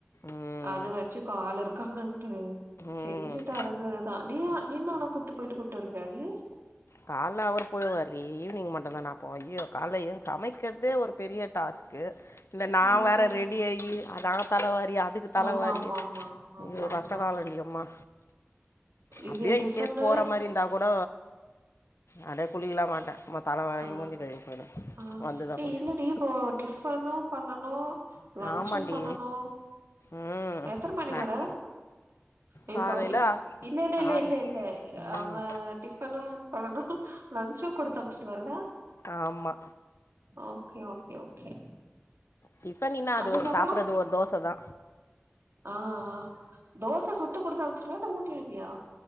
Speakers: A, on the left; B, on the right.
A: ம்
B: அதுவாச்சு இப்ப ஆல் இருக்காங்கன்ட்டு
A: ம்
B: செஞ்சு தரதுதாண்டி நீ தா அவன கூட்டு போய்ட்டு கூட்டு வருவியாடி
A: கால்ல அவரு போயிருவார்ரி ஈவ்னிங் மட்டுதா நா போவே ஐயோ கால்ல ஏன்ச்சு சமைக்கிறதே ஒரு பெரிய டாஸ்க் கு இல்ல நா
B: ஆ
A: வேற ரெடி ஆகி நா தலவாரி அத் அதுக்கு தலவாரி
B: ஆமா ஆமா ஆமா ஆமா
A: ஐயோ
B: ஆமா
A: கஷ்ட காலண்டி யம்மா
B: இது
A: அப்டியே
B: டிஃபனு
A: இன்கேஸ் போற மாரி இருந்தா கூட அப்டியே குலிக்கல்லா மாட்டே மொத் தலவரி
B: ஆ
A: மூஞ்சு கழுவி போய்ருவே
B: ஆ
A: வந்து தா
B: ஏ
A: குளிக்கனு
B: இல்லடி இப்போ டிஃபனு பண்ணனு லன்ச்சு
A: ஆமாண்டி
B: பண்ணனு
A: உம்
B: எத்தன மணி
A: ஸ்நாக்
B: வர ஏ
A: காலையில்
B: சாரி இல்ல இல்ல
A: ஆறு
B: இல்ல இல்ல
A: ம்
B: அவ டிஃப் பனும் பண்ணனு லன்சும் கொடுத்து அம்ச்சுருவல
A: ஆமா
B: ஓகே ஓகே ஓகே
A: டிஃபனின்னா அது
B: அன்னைக்கு
A: ஒரு சாப்புடுறது
B: அப்றோ
A: ஒரு தோச தா
B: ஆ ஆ தோச சுட்டு குடுத்து அமுச்சிடுவியா இல்ல ஊட்டி உடுவியா